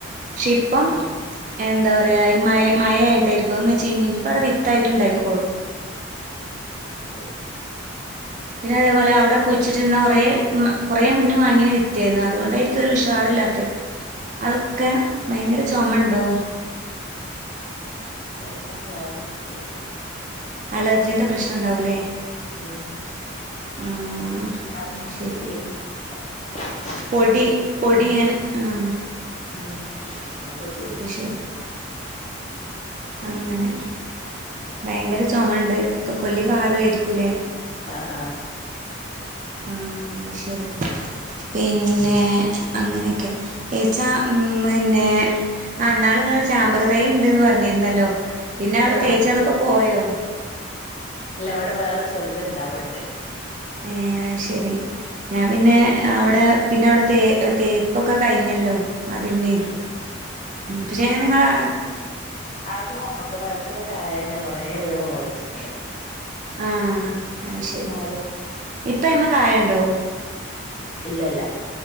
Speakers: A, on the right (about 40°); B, on the left (about 35°).
A: പക്ഷെ ഇപ്പം
B: ആഹ്
A: എന്താ പറയാ ഈ മയ ആയിട്ടാരിക്കോ എന്ന് ചിഞ് ഇപ്പൊ അവിടെ വിത്തായിട്ട് ഉണ്ടായിക്കോളൂ
B: ആഹ് ശരി
A: പിന്നെ അതേപോലെ അവിടെ കുഴിച്ചിട്ടിരുന്ന കുറേ കുറേ മുന്നേ വാങ്ങി വിത്തിയായിരുന്നു അതുകൊണ്ടായിരിക്കും ഒരു ഷാറില്ലാത്ത അതൊക്കെ ഭയങ്കര ചുമ ഉണ്ടോ
B: ചുമ ഫേൻ ഇട്ടിട്ട്
A: അലർജീന്റെ പ്രശ്നം ഉണ്ടാവൂല്ലേ
B: ഉം <unintelligible>
A: ആഹ് അത് ശരി പൊടി പൊടി ഇങ്ങനെ ആഹ്
B: <inaudible>
A: അത് ശരി അങ്ങനെ ഭയങ്കര ചുമണ്ട് കൊല്ലി കാറ യിരിക്കൂലേ
B: ആഹ് ആഹ്
A: ആഹ് ശരി
B: ഉം.
A: പിന്നെ അങ്ങനെയൊക്കെ ച്ചാ പിന്നെ ന്നാള് ങ്ങളരു ചാമ്പക്ക തൈ ഉണ്ട്ന്ന് പറ പറഞ്ഞിരുന്നല്ലോ പിന്നെ അവിടെ
B: ആ
A: തേച്ചത് അതൊക്കെ പോയോ
B: ഇല്ല ഇവിടെ വേറെ ചെറുത് ഇണ്ടാവുണ്ട്
A: ഏ ഹ് അത് ശരി ഞാൻ പിന്നെ
B: ഉം
A: അവിടെ പിന്നെ അവിടെ തേ തേ പ്പൊക്കെ കഴിഞ്ഞല്ലോ മതിലിന്
B: ഉം.
A: പക്ഷെ നിങ്ങളെ
B: ആഹ് ചാബക്ക മരത്തിന്റെ താഴേന്നെ ഒറെ വീട്മോളിച്ചിണ്ട്
A: ആഹ് അത് ശരി
B: ഹലോ
A: ഇപ്പ ഐമ്മ കായണ്ടോ
B: ഇല്ലല്ല